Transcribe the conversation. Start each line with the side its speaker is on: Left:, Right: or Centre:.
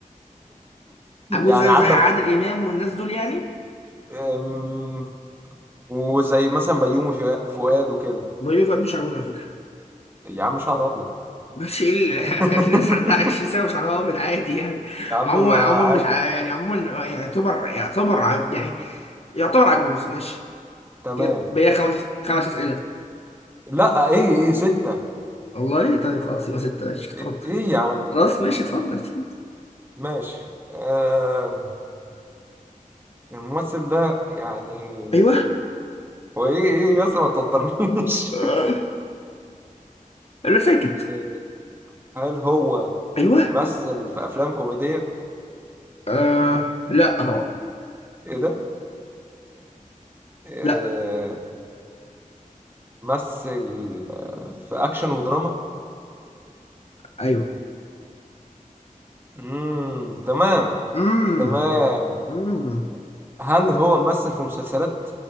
Right: <laughs>
Left: عجوز
Right: يعني
Left: زي
Right: عدى
Left: زي عادل
Right: الخ-
Left: إمام والناس دول يعني
Right: آم، وزي مثلا بيومي فؤا- فؤاد وكده
Left: بيوفي مش عجوز على فكرة
Right: يا عم شعر ابيض
Left: مش ايه
Right: <laughs>
Left: ال- <laughs> في ناس عندها 20 سنه وشعرها ابيض عادي يعني
Right: يا عم
Left: عموما
Right: ما عادي
Left: عموما مش ع- يعني عموما يعني يعتبر يعتبر ع- يعني يعتبر عجوز ماشي
Right: تمام
Left: كده بقى لك خمس خمس اسئله
Right: لا ايه ايه ستة
Left: والله طيب خلاص يبقى سته ماشي اتفضل
Right: ايه إيه يا عم
Left: خلاص ماشي اتفضل اتفضل
Right: ماشي آم، الممثل ده يعني
Left: ايوه
Right: هو ايه ايه يا اسطى ما توترنيش
Left: آه. لا ساكت
Right: <laughs> هل هو
Left: ايوه
Right: مثل في افلام كوميدية
Left: آه. لا طبعا
Right: ايه ده آه،
Left: لا
Right: مثل في اكشن ودراما
Left: ايوه
Right: امم تمام
Left: امم
Right: تمام
Left: امم
Right: هل هو ممثل في مسلسلات